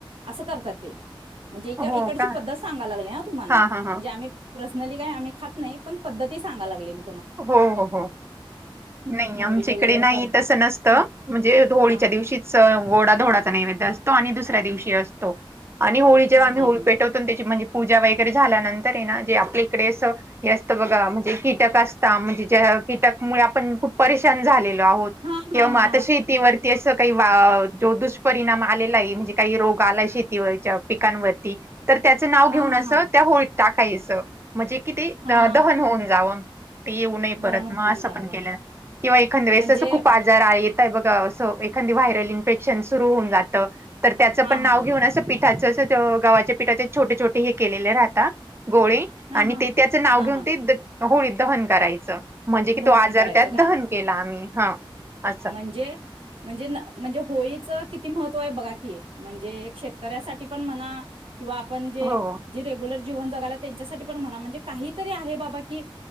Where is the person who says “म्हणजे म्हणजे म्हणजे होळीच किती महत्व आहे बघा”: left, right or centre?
Right